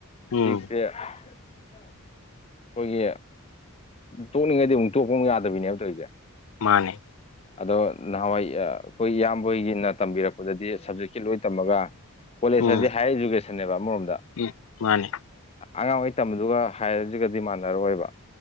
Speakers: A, on the left; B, on the left.
A: ꯎꯝ
B: ꯐꯤꯛꯁꯦ ꯑꯩꯈꯣꯏꯒꯤ ꯇꯣꯛꯅꯤꯡꯉꯩꯗꯤ ꯑꯃꯨꯛ ꯇꯣꯛꯄ ꯑꯃꯨꯛ ꯌꯥꯗꯕꯤꯅꯦ ꯍꯥꯏꯕ ꯇꯧꯔꯤꯁꯦ
A: ꯃꯥꯅꯦ
B: ꯑꯗꯣ ꯅꯍꯥꯟꯋꯥꯏ ꯑꯩꯈꯣꯏ ꯏꯌꯥꯝꯕ ꯍꯣꯏꯒꯤꯅ ꯇꯝꯕꯤꯔꯛꯄ ꯑꯩꯈꯗꯗꯤ ꯁꯞꯖꯦꯛꯀꯤ ꯂꯣꯏ ꯇꯝꯃꯒ ꯀꯣꯂꯦꯖꯇꯗꯤ
A: ꯎꯝ
B: ꯍꯥꯏꯌꯔ ꯏꯖꯨꯀꯦꯁꯟꯅꯦꯕ ꯑꯃꯔꯣꯝꯗ
A: ꯎꯝ ꯃꯥꯅꯦ
B: ꯑꯉꯥꯡꯍꯩ ꯇꯝꯕꯗꯨꯒ ꯍꯥꯏꯔꯁꯤꯒꯗꯤ ꯃꯥꯟꯅꯔꯣꯏꯕ